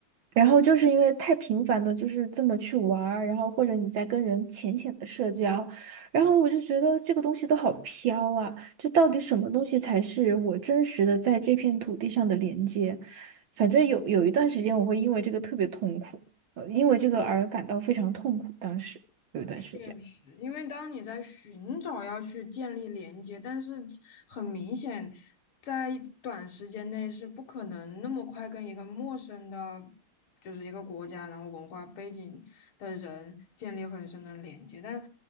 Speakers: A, on the right (about 65°); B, on the left (about 75°).
A: 然后就是因为太频繁的，就是这么去玩儿，然后或者你在跟人浅浅的社交，然后我就觉得这个东西都好飘啊，就到底什么东西才是我真实的在这片土地上的连接？反正有有一段时间我会因为这个特别痛苦，呃，因为这个而感到非常痛苦，当时有一段时间。
B: 确实，因为当你在寻找要去建立连接，但是很明显，在短时间内是不可能那么快跟一个陌生的，就是一个国家，然后文化背景的人建立很深的连接。但